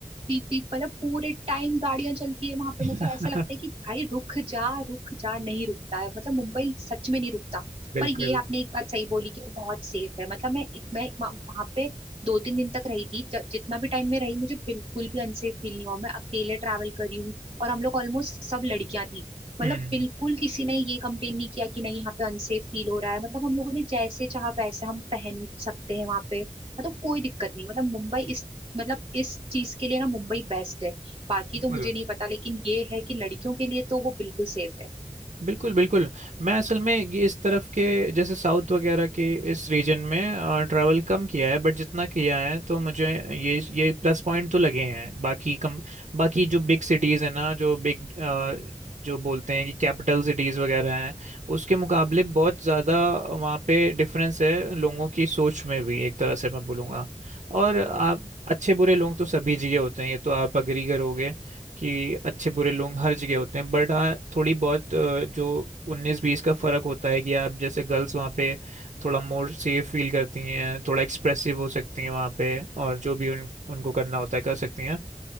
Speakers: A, on the right; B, on the right.
A: पीप पीप मतलब पूरे टाइम गाड़ियां चलती है वहां पे
B: <laughs>
A: मतलब ऐसा लगता है कि भाई रुक जा रुक जा नहीं रुकता है मतलब मुंबई सच में नहीं रुकता
B: बिल्कुल
A: पर ये आपने एक बात सही बोली कि वो बहुत सेफ है मतलब मैं मैं वहां पे दो तीन दिन तक रही थी ज, जितना भी टाइम में रही मुझे बिल्कुल भी अनसेफ फील नहीं हुआ मैं अकेले ट्रैवल कर रही हूँ और हम लोग ऑलमोस्ट सब लड़कियां थी मतलब
B: हम्म
A: बिल्कुल किसी ने ये कंप्लेन नहीं किया कि नहीं यहाँ पे अनसेफ फील हो रहा है मतलब हम लोगों ने जैसे चाहा वैसे हम पहन सकते हैं वहां पे मतलब कोई दिक्कत नहीं मतलब मुंबई मतलब इस चीज के लिए ना मुंबई बेस्ट है बाकी
B: बिल्कुल
A: तो मुझे नहीं पता लेकिन ये है कि लड़कियों के लिए तो वो बिल्कुल सेफ है
B: बिल्कुल बिल्कुल मैं असल में ये इस तरफ के जैसे साउथ वगैरह के इस रीजन में ट्रैवल कम किया है बट जितना किया है तो मुझे ये ये प्लस पॉइंट तो लगे हैं बाकी कम बाकी जो बिग सिटीज़ है ना जो बिग जो बोलते हैं कि कैपिटल सिटीज़ वगैरह हैं उसके मुकाबले बहुत ज़्यादा वहाँ पे डिफरेंस है लोगों की सोच में भी एक तरह से मैं बोलूँगा और आप अच्छे बुरे लोग तो सभी जगह होते हैं ये तो आप अग्री करोगे कि अच्छे बुरे लोग हर जगह होते हैं बट हाँ थोड़ी बहुत अ, जो उन्नीस बीस का फर्क होता है कि आप जैसे गर्ल्स वहाँ पे थोड़ा मोर सेफ फील करती हैं थोड़ा एक्सप्रेसिव हो सकती हैं वहाँ पे और जो भी उन उनको करना होता है कर सकती हैं